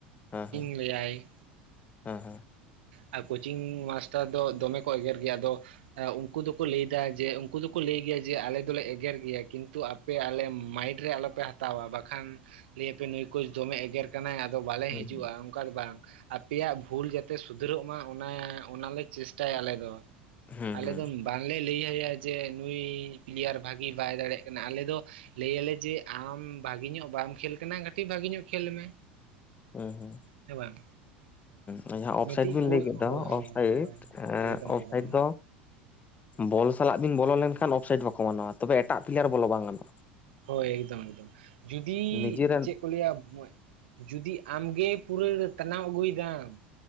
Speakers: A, on the left (about 25°); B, on the right (about 75°).
A: ᱦᱮᱸ ᱦᱮᱸ᱾
B: ᱞᱟᱹᱭᱼᱟᱭ
A: ᱦᱮᱸ
B: ᱟᱸ ᱠᱳᱪᱤᱝ ᱢᱟᱥᱴᱟᱨ ᱫᱚ ᱫᱚᱢᱮ ᱠᱚ ᱮᱜᱮᱨ ᱜᱮᱭᱟ, ᱟᱫᱚ ᱮᱸ ᱩᱱᱠᱩ ᱫᱚᱠᱚ ᱞᱟᱹᱭ ᱫᱟ ᱡᱮ, ᱩᱱᱠᱩ ᱫᱚᱠᱚ ᱞᱟᱹᱭ ᱜᱮᱭᱟ ᱡᱮ ᱟᱞᱮ ᱫᱚᱞᱮ ᱮᱜᱮᱨ ᱜᱮᱭᱟ ᱠᱤᱱᱛᱩ ᱟ ᱟᱯᱮ ᱟᱞᱮ ᱢᱟᱭᱤᱰ ᱨᱮ ᱟᱞᱚᱯᱮ ᱦᱟᱛᱟᱣᱼᱟ, ᱵᱟᱠᱷᱟᱱ ᱞᱟᱹᱭ ᱟᱯᱮ ᱱᱩᱭ ᱠᱩᱪ ᱫᱚᱢᱮ ᱮᱜᱮᱨ ᱠᱟᱱᱟᱭ, ᱟᱫᱚ ᱵᱟᱞᱮ
A: ᱦᱮᱸ
B: ᱦᱤᱡᱩᱜᱼᱟ᱾ ᱚᱠᱟ ᱫᱚ ᱵᱟᱝ, ᱟᱯᱮᱭᱟᱜ ᱵᱷᱩᱞ ᱡᱟᱛᱮ ᱥᱩᱫᱷᱨᱟᱹᱜᱽ ᱢᱟ ᱚᱱᱟ, ᱚᱱᱟ ᱞᱮ ᱪᱮᱥᱴᱟᱭᱟ ᱟᱞᱮ ᱫᱚ᱾
A: ᱦᱩᱸ
B: ᱟᱞᱮ
A: ᱦᱩᱸ
B: ᱫᱚ ᱵᱟᱝ ᱞᱮ ᱞᱟᱹᱭ ᱭᱟᱼᱭᱟ ᱡᱮ ᱱᱩᱭ ᱯᱞᱮᱭᱟᱨ ᱵᱷᱟᱜᱤ ᱵᱟᱭ ᱫᱟᱲᱮᱭᱟᱜᱽ ᱠᱟᱱᱟ, ᱟᱞᱮ ᱫᱚ ᱞᱟᱹᱭ ᱭᱟᱞᱮ ᱡᱮ ᱟᱢ ᱵᱷᱟᱜᱮ ᱧᱚᱜᱽ ᱵᱟᱢ ᱠᱷᱮᱞ ᱠᱟᱱᱟ, ᱠᱟᱹᱴᱤᱡᱽ ᱵᱷᱟᱜᱮ ᱧᱚᱜ ᱠᱷᱹᱮᱞ ᱢᱮ᱾
A: ᱦᱩᱸ ᱦᱩᱸ᱾
B: ᱦᱮᱸ, ᱵᱟᱝ?
A: ᱦᱩᱸ᱾ ᱡᱟᱦᱟᱸ ᱚᱯᱷᱥᱟᱭᱤᱴ
B: ᱢᱤᱫᱴᱤᱡ
A: ᱵᱮᱱ
B: ᱠᱳ
A: ᱞᱟᱹᱭ ᱠᱮᱫ ᱫᱚ
B: ᱦᱳᱭ ᱦᱳᱭ
A: ᱚᱯᱷᱥᱟᱭᱤᱴ,
B: ᱦᱳᱭ
A: ᱮᱸ
B: ᱮᱠᱫᱚᱢ
A: ᱚᱯᱷᱥᱟᱭᱤᱴ
B: ᱮᱠᱫᱚᱢ
A: ᱫᱚ ᱵᱚᱞ ᱥᱟᱞᱟᱜᱽ ᱵᱤᱱ ᱵᱚᱞᱚ ᱞᱮᱱᱠᱷᱟᱱ ᱚᱯᱷᱥᱟᱭᱤᱴ ᱵᱟᱠᱚ ᱢᱟᱱᱟᱣᱟ, ᱛᱚᱵᱮ ᱮᱴᱟᱜ ᱯᱞᱮᱭᱟᱨ ᱵᱚᱞᱚ ᱵᱟᱝ ᱜᱟᱱᱚᱜᱼᱟ᱾
B: ᱦᱳᱭ, ᱮᱠᱫᱚᱢ ᱮᱠᱫᱚᱢ, ᱡᱩᱫᱤ
A: ᱱᱤᱡᱮᱨᱮᱱ
B: ᱪᱮᱜᱽ ᱠᱚ ᱞᱟᱹᱭᱟ, ᱡᱩᱫᱤ ᱟᱢᱜᱮ ᱯᱩᱨᱟᱹ ᱴᱟᱱᱟᱣ ᱟᱹᱜᱩᱭ ᱮᱫᱟᱢ